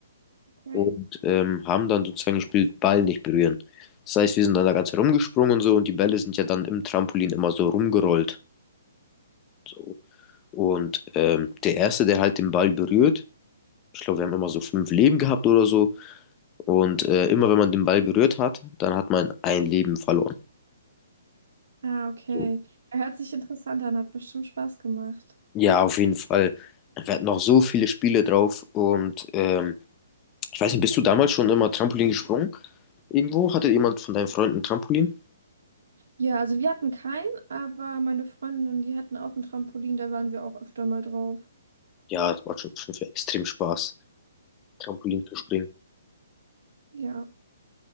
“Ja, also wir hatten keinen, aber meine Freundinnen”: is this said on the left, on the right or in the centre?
Right